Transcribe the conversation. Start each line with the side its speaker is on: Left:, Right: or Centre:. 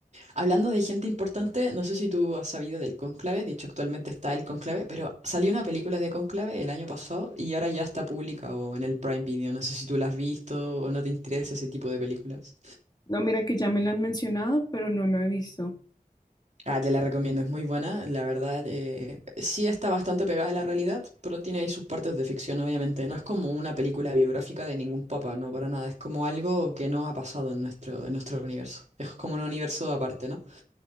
Right: Hablando de gente importante, no sé si tú has sabido del Cónclave, de hecho actualmente está el Cónclave, pero salió una película de Cónclave el año pasado y ahora ya está pública o en el Prime Video. No sé si tú la has visto o no te interesa ese tipo de películas.
Left: No, mira que ya me lo han mencionado, pero no lo he visto.
Right: Ah, te la recomiendo, es muy buena, la verdad. eh, sí está bastante pegada a la realidad, pero tiene ahí sus partes de ficción, obviamente. No es como una película biográfica de ningún papa, no, para nada. Es como algo que no ha pasado en nuestro, en nuestro universo. Es como un universo aparte, ¿no?